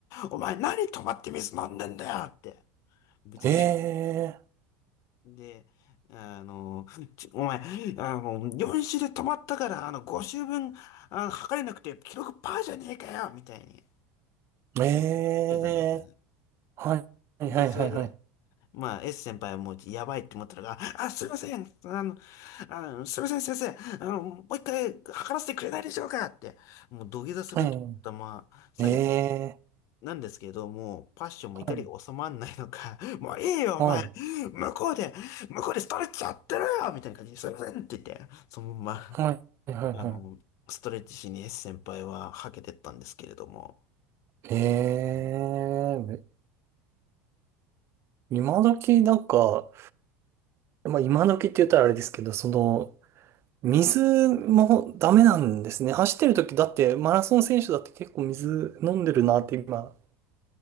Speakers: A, on the left; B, on the right.
A: お前何止まって水飲んでんだよって、ぶち切れ
B: え
A: で、あの、ちお前、あの、4周で止まったから、あの、5周分、あの、測れなくて、記録パーじゃねえかよみたいに、
B: ー、え
A: 言ってたんですよね。
B: ーはい。はいはいはいはい。
A: で、それで、まあ、S 先輩はもうやばいって思ったのが、あ、すいません、あの、あの、すいません、先生、あの、もう一回測らせてくれないでしょうかって、もう土下座する勢いで頭下げた
B: えー、え
A: なんですけれども、パッションも怒りが収まんないのか、
B: ーはい。
A: <laughs> もういいよ、お前、
B: はい。
A: 向こうで、向こうでストレッチやってるよみたいな感じで、すいませんって言って、そのま
B: はい。はい。
A: ま、
B: はい。
A: あの、ストレッチしに S 先輩ははけてったんですけれども、
B: ええめ
A: はい
B: 今時なんか、まあ今時って言ったらあれですけど、その、水もダメなんですね。走ってる時だって、マラソン選手だって結構水飲んでるなって今、